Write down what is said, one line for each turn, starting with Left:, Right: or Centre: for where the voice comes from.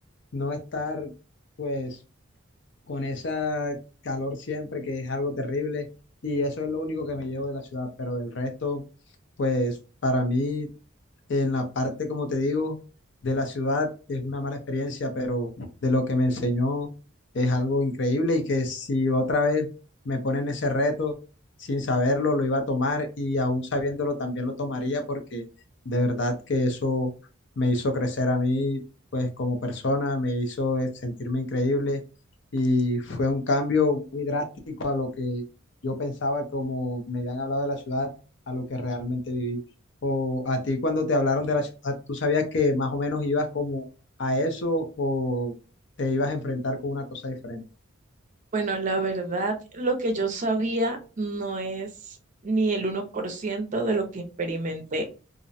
Left: no estar pues con esa calor siempre, que es algo terrible. Y eso es lo único que me llevo de la ciudad, pero del resto, pues para mí en la parte, como te digo, de la ciudad es una mala experiencia, pero de lo que me enseñó es algo increíble y que si otra vez me ponen ese reto sin saberlo, lo iba a tomar y aún sabiéndolo también lo tomaría porque de verdad que eso me hizo crecer a mí, pues como persona, me hizo eh, sentirme increíble y fue un cambio muy drástico a lo que yo pensaba como me habían hablado de la ciudad, a lo que realmente viví o a ti cuando te hablaron de la ciudad, tú sabías que más o menos ibas como a eso o te ibas a enfrentar con una cosa diferente.
Right: Bueno, la verdad, lo que yo sabía no es ni el uno por ciento de lo que experimenté,